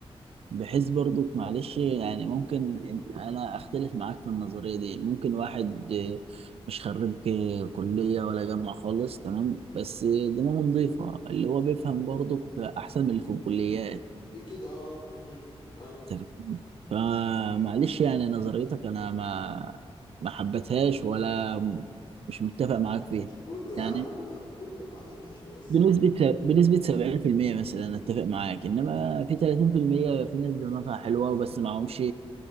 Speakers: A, on the right; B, on the left.
A: بحيث برضك معلش يعني ممكن إن- انا اختلف معاك في النظريه دي ممكن واحد آه، مش خريج آه، كليه ولا جامعه خالص تمام بس دماغه نظيفه اللي هو بيفهم برضك احسن من اللي في الكليات
B: في كده اه مم. طيب
A: أنت فاهم؟ فمعلش يعني نظريتك انا ما ما حبتهاش ولا م- مش متفق معاك فيها
B: مش كله
A: يعني
B: يا عم كوما كل قاعده ولها شواذ
A: بنسبة
B: يا عم
A: بنسبة 70% مثلا أنا اتفق معاك انما في 30% في المية في ناس دماغها حلوة وبس معهمش